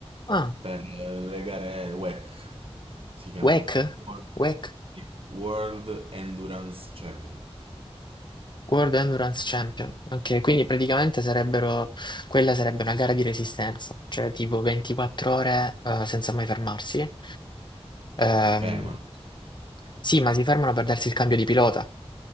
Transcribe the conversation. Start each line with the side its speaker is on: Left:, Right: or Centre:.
Left: Ah.
Right: per eh, le gare WEC, si chiamano.
Left: WEC?
Right: World,
Left: WEC,
Right: sì. World Endurance Champion.
Left: World Endurance Champion. Ok, quindi praticamente sarebbero, quella sarebbe una gara di resistenza, cioè tipo 24 ore eh, senza mai fermarsi. Ehm,
Right: Si fermano.
Left: sì, ma si fermano per darsi il cambio di pilota.